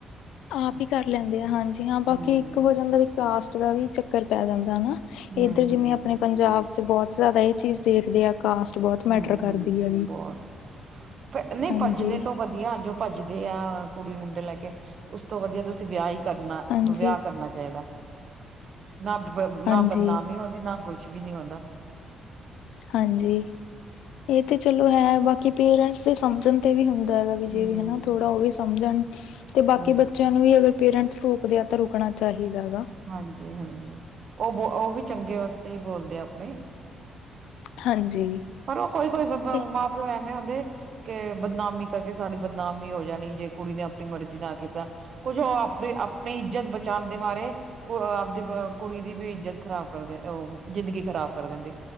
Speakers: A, on the left; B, on the right.
A: ਆਪ ਹੀ ਕਰ ਲੈਂਦੇ ਆ ਹਾਂਜੀ ਹਾਂ
B: ਹੂੰ
A: ਬਾਕੀ ਇੱਕ ਹੋ ਜਾਂਦਾ ਵੀ ਕਾਸਟ ਦਾ ਵੀ ਚੱਕਰ ਪੈ ਜਾਂਦਾ ਹਨਾ
B: ਹੂੰ
A: ਇੱਧਰ ਜਿਵੇਂ
B: ਹੂੰ
A: ਆਪਣੇ ਪੰਜਾਬ 'ਚ' ਬਹੁਤ ਜ਼ਿਆਦਾ ਇਹ ਚੀਜ਼ ਦੇਖਦੇ ਆ ਕਾਸਟ ਬਹੁਤ ਮੈਟਰ
B: ਹਮ-ਹਮ
A: ਕਰਦੀ ਹੈਗੀ
B: ਬਹੁਤ ਨਹੀਂ ਤੋਂ
A: ਹਾਂਜੀ
B: ਭੱਜਣੇ ਤੋਂ ਭੱਜ ਵਧੀਆਂ ਜੋ ਭੱਜਦੇ ਆ ਕੁੜੀ-ਮੁੰਡੇ ਲੈ ਕੇ ਉਸ ਤੋਂ ਵਧੀਆਂ ਤੁਸੀਂ ਵਿਆਹ ਈ ਕਰਨਾ
A: ਹਾਂਜੀ
B: ਵਿਆਹ ਕਰਨਾ ਚਾਹੀਦਾ। ਨਾ ਬਦ-ਬਦਨਾਮੀ
A: ਹਾਂਜੀ
B: ਹੁੰਦੀ ਨਾ ਕੁਛ ਨੀ ਹੁੰਦਾ
A: ਹਾਂਜੀ ਇਹ ਤੇ ਚਲੋ ਹੈ ਬਾਕੀ ਪੇਰੈਂਟਸ ਦੇ ਸਮਝਣ ਤੇ ਵੀ ਹੁ ਦਾ ਗਾ ਜੇ
B: ਹਮ
A: ਹਨਾ ਥੋੜ੍ਹਾ ਉਹ ਵੀ ਸਮਝਣ, ਤੇ ਬਾਕੀ
B: ਹਾਂਜੀ
A: ਬੱਚਿਆਂ ਨੂੰ ਵੀ ਅਗਰ ਪੇਰੈਂਟਸ ਰੋਕਦੇ ਆ ਤਾਂ ਰੁਕਣਾ ਚਾਹੀਦਾ ਗਾ
B: ਹਾਂਜੀ- ਹਾਂਜੀ ਹੂ ਉਹ ਬ ਉਹ ਵੀ ਚੰਗੇ ਵਾਸਤੇ ਹੀ ਬੋਲਦੇ ਆਪਣੇ
A: ਹਾਂਜੀ।
B: ਪਰ ਉਹ ਕੋਈ-ਕੋਈ ਬਬ
A: ਇਹ
B: ਮਾਂ-ਪਿਓ ਐਵੇਂ ਹੁੰਦੇ ਕੇ ਬਦਨਾਮੀ ਕਰਕੇ ਸਾਡੀ ਬਦਨਾਮੀ ਹੋ ਜਾਣੀ ਜੇ ਕੁੜੀ ਨੇ ਆਪਣੀ ਮਰਜ਼ੀ ਨਾਲ਼ ਕੀਤਾ। ਕੁਝ ਉਹ ਆਪ ਵੀ ਆਪਣੀ ਇੱਜ਼ਤ ਬਚਾਣ ਦੇ ਮਾਰੇ ਕੁਰ ਆਪਦੀ ਅ ਕੁੜੀ ਦੀ ਵੀ ਇੱਜਤ ਖ਼ਰਾਬ ਕਰਦੇ- ਅਅ- ਜ਼ਿੰਦਗੀ ਖ਼ਰਾਬ ਕਰ ਦਿੰਦੇ।